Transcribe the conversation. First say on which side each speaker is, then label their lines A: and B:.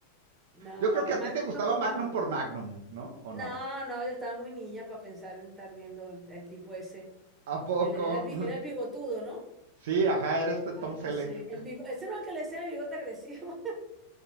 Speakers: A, on the right; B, on the right.
A: No,
B: Yo creo que a
A: Magnum
B: ti te gustaba
A: no me gustaba
B: Magnum
A: mucho.
B: por Magnum, ¿no? ¿O
A: No,
B: no?
A: no, yo estaba muy niña para pensar en estar viendo el, el tipo ese.
B: ¿A poco?
A: El- era, el, bi-
B: <laughs>
A: era el bigotudo, ¿no?
B: Sí, ajá, era este Tom
A: Ah,
B: Selleck,
A: sí. El bigo- ese no era el que le decían el bigote agresivo.